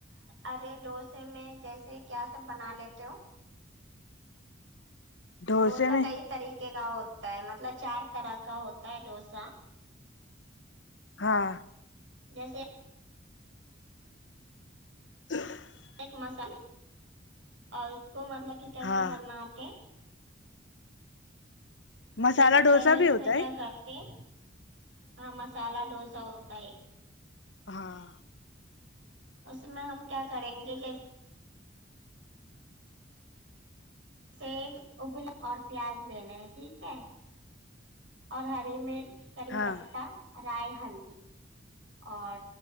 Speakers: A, on the right (about 90°); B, on the left (about 75°).
A: ارے ڈوسے میں جیسے کیا سب بنا لیتے ہو
B: ڈھوسے
A: ڈوسا
B: میں
A: کئی طریقے کا ہوتا ہے مطلب چار طرح کا ہوتا ہے ڈوسا
B: ہاں
A: جیسے
B: <inaudible>
A: ایک مسال اور اس کو مطلب کہ کیسے
B: ہاں
A: بناتے
B: مسالہ
A: جیسے
B: ڈوسا
A: پہلے اس
B: بھی ہوتا
A: میں کیا
B: ہے
A: کرتے ہیں ہاں مسالہ ڈوسا ہوتا ہے
B: ہاں
A: اس میں ہم کیا کریں گے جسے یب ابلا اور پیاز لینا ہے ٹھیک ہے اور ہری مرچ کری
B: ہاں
A: پتتا رائی ہلدی اور